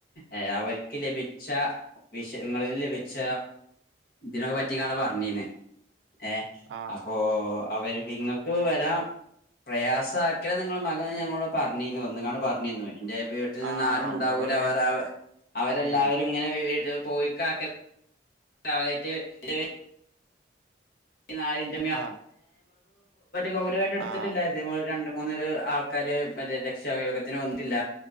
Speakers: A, on the left; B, on the right.
A: ഏ അവർക്ക് ലഭിച്ച വിഷയങ്ങളിൽ ലഭിച്ച ഇതിനൊ പറ്റിക്കാണ്ടാ പർണിനെ. ഏ
B: ആഹ്
A: അപ്പോ അവര് നിങ്ങക്ക് വരാം പ്രയാസ ആക്കൽ നിങ്ങളെ മകനെ ഞങ്ങളോടൊ പർഞ്ഞീന്നു വന്നുകാണ് പറഞ്ഞിന്നു എന്റെ വീട്ടിൽനിന്ന്
B: ആഹ്
A: ആരുണ്ടാവൂല
B: ഓനോട്
A: അവർ അവ അവരെല്ലാവരും
B: ഉം
A: ഇങ്ങനെ വി വീട്ടിൽ പോയിക്കാക്ക <unintelligible> ഈ <unintelligible> <unintelligible> ത്
B: ആഹ്
A: ഗൗരവായിട്ട് എടുത്തിട്ടില്ല
B: ആഹ്
A: ഇതേ പോൽ രണ്ട് മൂന്ന് പേ ആൾക്കാര് മറ്റേ രക്ഷാവയോഗത്തിന് വന്നിട്ടില്ല